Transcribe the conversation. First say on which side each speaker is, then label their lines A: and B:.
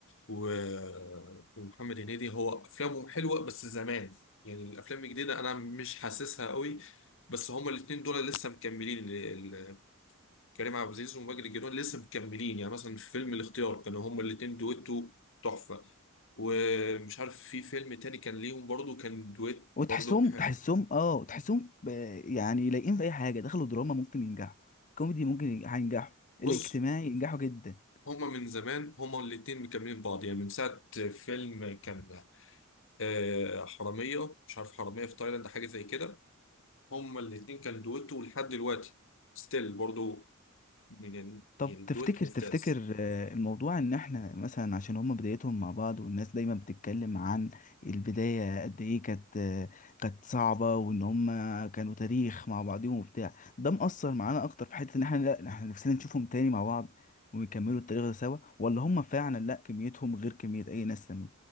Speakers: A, on the left; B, on the left.
A: و- ومحمد هنيدي هو افلامهم حلوه بس زمان يعني الافلام الجديده انا مش حاسسها قوي بس هما الاثنين دول لسه مكملين ال- ال- كريم عبد العزيز وماجد الجنون لسه مكملين يعني مثلا في فيلم الاختيار كانوا هما الاثنين دويتو تحفه ومش عارف في فيلم تاني كان ليهم برضو كان دويت
B: وتحسهم
A: برضو ح-
B: تحسهم اه تحسهم ب- يعني لايقين في اي حاجه دخلوا دراما ممكن ينجحوا كوميدي ممكن ي- هينجحوا
A: بص
B: الاجتماعي ينجحوا جدا
A: هما من زمان هما الاتنين مكملين بعض يعني من ساعة فيلم كان آه، حرامية مش عارف حرامية في تايلاند حاجة زي كده هما الاتنين كان دويتو لحد دلوقتي ستيل برضو يعني
B: طب
A: يعني الدويت
B: تفتكر
A: ممتاز
B: تفتكر آه، الموضوع ان احنا مثلا عشان هما بدايتهم مع بعض والناس دايما بتتكلم عن البدايه قد ايه كانت آه، كانت صعبه وان هما كانوا تاريخ مع بعضهم وبتاع ده مأثر معانا اكتر في حته ان احنا لا احنا نفسنا نشوفهم تاني مع بعض ويكملوا التاريخ ده سوا ولا هما فعلا لا كميتهم غير كميه اي ناس تانية